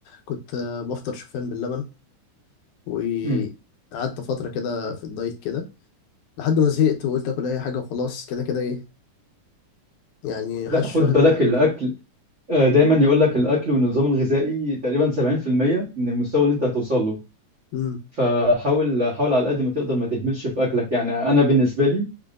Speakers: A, on the left (about 75°); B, on the right (about 55°).
A: كنت آه، بفطر شوفان باللبن وقعدت
B: امم
A: فتره كده في الدايت كده لحد ما زهقت وقلت اكل اي حاجه وخلاص كده كده ايه يعني محدش
B: لا خد
A: واخد
B: بالك
A: منها حاجه
B: الاكل آه، دايما يقول لك الاكل والنظام الغذائي تقريبا 70% من المستوى اللي انت هتوصل له
A: امم
B: فحاول حاول على قد ما تقدر ما تهملش في اكلك يعني انا بالنسبه لي